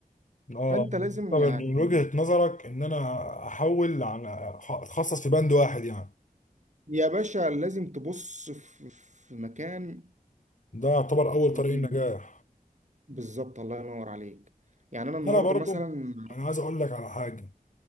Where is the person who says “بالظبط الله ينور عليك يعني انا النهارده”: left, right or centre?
Right